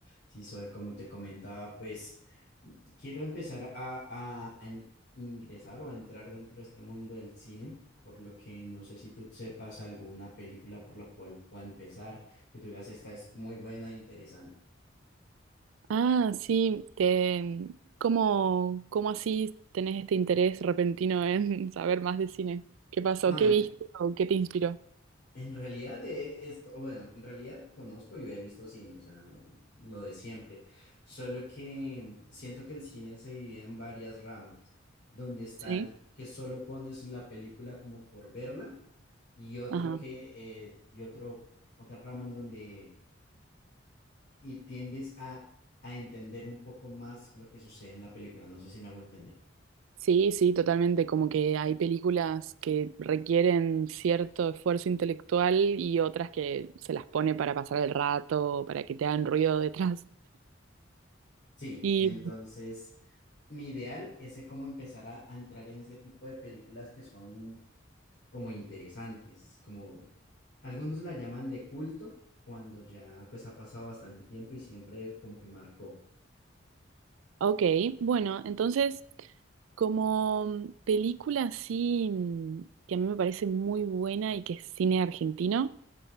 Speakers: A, on the left; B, on the right.
A: Sí, soy como te comentaba, pues quiero empezar a, a- a en- ingresar o a entrar dentro de este mundo del cine, por lo que no sé si tú sepas alguna película por la cual pueda empezar, que tú digas, esta es muy buena e interesante.
B: Ah, sí, te, ¿cómo, cómo así tenés este interés repentino en <laughs> saber más de cine? ¿Qué pasó?
A: No,
B: ¿Qué
A: en,
B: viste o qué te inspiró?
A: en realidad de esto, bueno, en realidad conozco y he visto cine, o sea, lo de siempre, solo que siento que el cine se divide en varias ramas, donde está
B: Sí.
A: el que solo pones la película como por verla Y otro
B: Ajá.
A: que, eh, y otro, otra rama en donde y tiendes a, a entender un poco más lo que sucede en la película. No sé si me hago entender.
B: Sí, sí, totalmente. Como que hay películas que requieren cierto esfuerzo intelectual y otras que se las pone para pasar el rato, para que te hagan ruido detrás.
A: Sí,
B: Y
A: entonces mi ideal es de cómo empezar a, a entrar en ese tipo de películas que son como interesantes, como algunos la llaman de culto, cuando ya pues ha pasado bastante tiempo y siempre como que marcó,
B: Ok, bueno, entonces, como mm, película así mm, que a mí me parece muy buena y que es cine argentino,